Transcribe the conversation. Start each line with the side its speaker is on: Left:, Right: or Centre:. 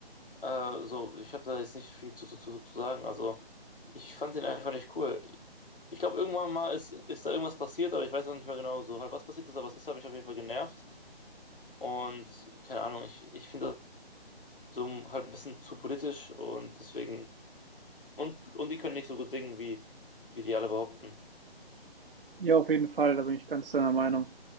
Left: Äh, so, ich habe da jetzt nicht viel zu, zu, zu, zu sagen. Also, ich fand den einfach nicht cool. Ich glaube, irgendwann mal ist, ist da irgendwas passiert, aber ich weiß auch nicht mehr genau so halt, was passiert ist, aber es ist, hat mich auf jeden Fall genervt. Und keine Ahnung, ich, ich finde das so halt ein bisschen zu politisch und deswegen. Und, und die können nicht so gut singen, wie, wie die alle behaupten.
Right: Ja, auf jeden Fall, da bin ich ganz deiner Meinung.